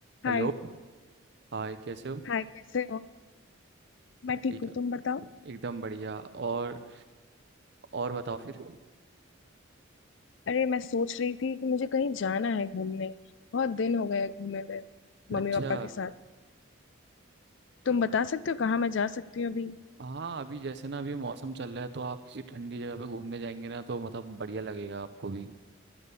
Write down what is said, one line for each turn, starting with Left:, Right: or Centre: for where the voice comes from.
Right: हेलो
Left: हाय
Right: हाय कैसे हो
Left: Hi कैसे हो मैं
Right: बढ़िया
Left: ठीक हूँ तुम बताओ
Right: एकदम बढ़िया और और बताओ फिर
Left: अरे मैं सोच रही थी कि मुझे कहीं जाना है घूमने बहुत दिन हो गए घूमे हुए
Right: अच्छा
Left: मम्मी पापा के साथ तुम बता सकते हो कहाँ मैं जा सकती हूँ अभी
Right: हाँ अभी जैसे ना अभी मौसम चल रहा है तो आप किसी ठंडी जगह पे घूमने जाएंगे ना तो मतलब बढ़िया लगेगा आपको भी